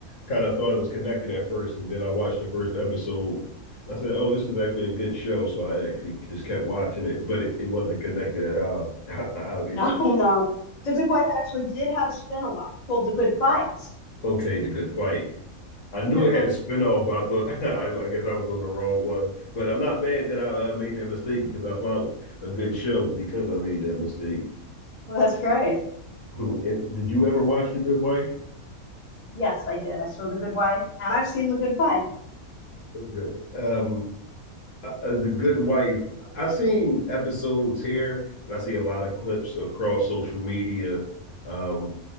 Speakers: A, on the left; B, on the left.
A: kind of thought it was connected at first, and then I watched the first episode. And I said, "Oh, this is actually a good show," so I actually just kept watching it, but it, it wasn't connected at all, <laughs> obviously.
B: No, <laughs> no. The Good Wife actually did have a spin-off called The Good Fight.
A: Okay, the good fight. I knew
B: <laughs>
A: it had a spinoff, but I thought <laughs> I, I guess I was on the wrong one. But I'm not mad that I uh, made that mistake because I found a good show because I made that mistake.
B: Well, that's great.
A: <laughs> Who- and- Did you ever watch The Good Wife?
B: Yes, I did. I saw The Good Wife, and I've seen The Good Fight.
A: Okay. Um, uh, the good wife i've seen episodes here and i see a lot of clips across social media um